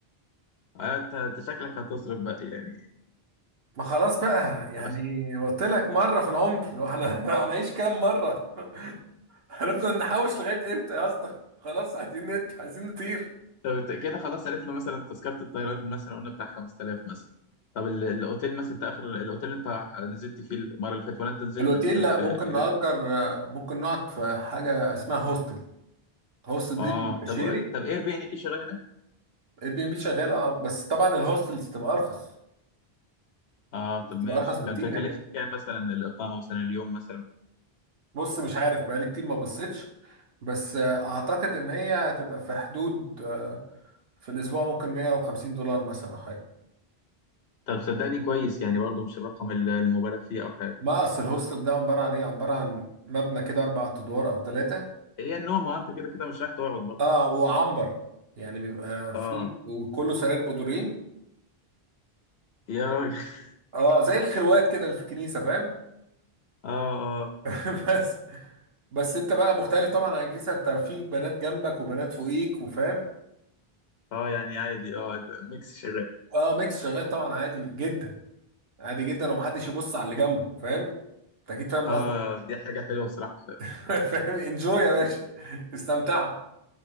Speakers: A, on the left; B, on the right.
A: أنا- انت انت شكلك هتصرف بقى يعني
B: ما خلاص بقى يعني
A: أص-
B: قلت لك مرة في العمر واحنا <laughs> هنعيش كام مرة هنفضل نحوش لغاية امتى يا اسطى خلاص عايزين نت عايزين نطير
A: طب ت- كده خلاص عرفنا مثلا تذكرة الطيران مثلا قلنا بتاع 5000 مثلا طب ال- الاوتيل مثلا انت اخر الاوتيل اللي انت نزلت فيه المرة اللي فاتت ولا انت نزلت
B: الاوتيل
A: في
B: لا
A: في
B: ممكن
A: اير
B: نأجر ممكن نقعد في حاجة اسمها هوستل هوستل دي
A: اه
B: بيبقى شيرنج
A: طب طب اير بي ان بي شغال هناك؟
B: اير بي ام بي شغال اه بس طبعا الهوستلز تبقى ارخص
A: اه
B: بتبقى
A: طب ماشي
B: ارخص بكتير
A: كانت كلفت كام مثلا الاقامة مثلا اليوم مثلا
B: بص مش عارف بقالي كتير ما بصيتش بس آه، اعتقد ان هي هتبقى في حدود آه، في الاسبوع ممكن 150 دولار مثلا أو حاجه
A: طب صدقني كويس يعني برضو مش الرقم ال- المبالغ فيه او حاجة
B: ما اصل الهوستل ده عباره عن ايه عباره عن مبنى كده اربع ادوار او ثلاثه
A: هي النوم اه انت كده كده مش رايح تقعد برضه
B: اه وعنبر يعني بيبقى فيه
A: اه
B: وكله سرير بدورين
A: يا راجل <laughs>
B: اه زي الخروات كده اللي في الكنيسه فاهم
A: اه
B: <laughs> بس بس انت بقى مختلف طبعا عن الكنيسه انت في بنات جنبك وبنات فوقيك وفاهم
A: اه يعني عادي اه الميكس شغال
B: اه ميكس شغال طبعا عادي جدا عادي جدا ومحدش يبص على اللي جنبه فاهم انت اكيد فاهم
A: اه دي حاجة حلوة بصراحة ف...
B: <laughs> فاهم انجوي يا باشا استمتعوا